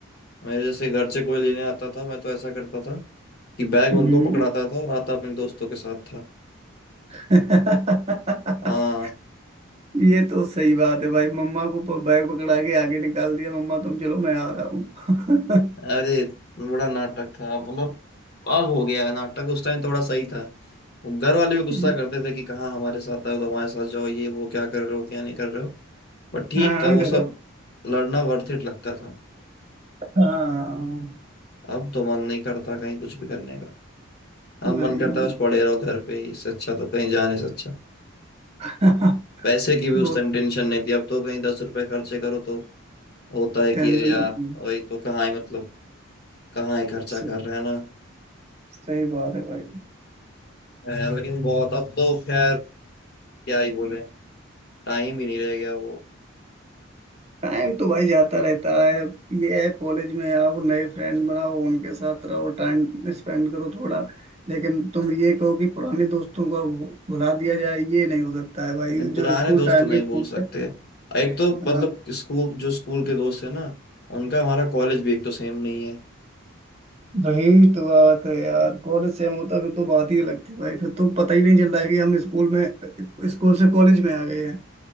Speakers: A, on the left; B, on the right.
A: मेरे जैसे घर से कोई लेने आता था मैं तो ऐसा करता था कि बैग
B: हम्म
A: उनको पकड़ाता था और आता अपने दोस्तों के साथ था
B: <laughs>
A: हाँ
B: ये तो सही बात है भाई मम्मा को प- बैग पकड़ा के आगे निकाल दिया मम्मा तुम चलो मैं आ रहा हूँ
A: अरे बड़ा नाटक था मतलब अब हो गया है नाटक उस टाइम थोड़ा सही था घर वाले भी गुस्सा
B: <laughs>
A: करते थे कि कहाँ हमारे साथ आए हो तो हमारे साथ जाओ ये वो क्या कर रहे हो क्या नहीं कर रहे हो बट ठीक
B: हाँ
A: था वो
B: घर
A: सब लड़ना वर्थ इट लगता था
B: हाँ
A: अब तो मन नहीं करता कहीं कुछ भी करने का अब
B: भाई
A: मन करता है बस पड़े रहो घर पे ही इससे अच्छा तो कहीं जाने से अच्छा
B: <laughs>
A: पैसे की भी
B: बहुत
A: उस टाइम टेंशन नहीं थी अब तो कहीं दस रुपए खर्चे करो तो होता है
B: टेंशन
A: कि अरे यार
B: होती
A: वही तो कहाँ ही मतलब कहाँ ही खर्चा
B: सब
A: कर रहे हैं ना
B: सही बात है भाई
A: <laughs> है, लेकिन बहुत अब तो खैर क्या ही बोले टाइम ही नहीं रह गया वो
B: टाइम तो भाई जाता रहता है अब ये है कॉलेज में आओ नए फ्रेंड बनाओ उनके साथ रहो टाइम स्पेंड करो थोड़ा लेकिन तुम ये कहो कि पुराने दोस्तों को अब भुला दिया जाए ये नहीं हो सकता है भाई
A: नहीं पुराने
B: जो स्कूल
A: दोस्त
B: टाइम
A: तो नहीं
B: के फ्रेंड
A: भूल सकते
B: थे
A: एक तो
B: हाँ,
A: मतलब स्कूल जो स्कूल के दोस्त है ना उनका हमारा कॉलेज भी एक तो सेम नहीं है
B: वही तो बात है यार कॉलेज से हम होता फिर तो बात ही अलग थी भाई फिर तो पता ही नहीं चलता है कि हम स्कूल में स्कूल से कॉलेज में आ गए हैं